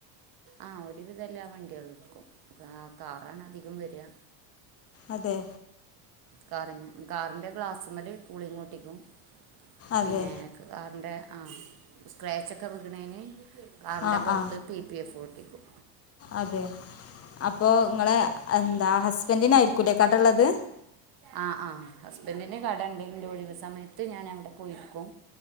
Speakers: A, on the right (about 45°); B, on the left (about 30°).
A: ആ ഒരുവിധം എല്ലാ വണ്ടികളും എടുക്കും. കാറാണ് അധികം വര്വ.
B: അതെ.
A: കാറി കാറിൻ്റെ ഗ്ലാസ്മ്മല് കൂളിങ്ങൊട്ടിക്കും.
B: അതെ
A: പിന്നെ, കാറിൻ്റെ ആഹ്, സ്ക്രാച്ചൊക്കെ വീണേന് കാറിന്റെ
B: ആ
A: പൊറത്ത്
B: ആ
A: പി പി എഫും ഒട്ടിക്കും.
B: അതെ. അപ്പൊ ഇങ്ങളെ എന്താ ഹസ്ബന്റനായിരിക്കൂലേ കടള്ളത്
A: ആ ആ ഹസ്ബൻഡിന് കടണ്ട് ഇൻ്റെ ഒഴിവ് സമയത്ത് ഞാൻ അവിടെ പോയിരിക്കും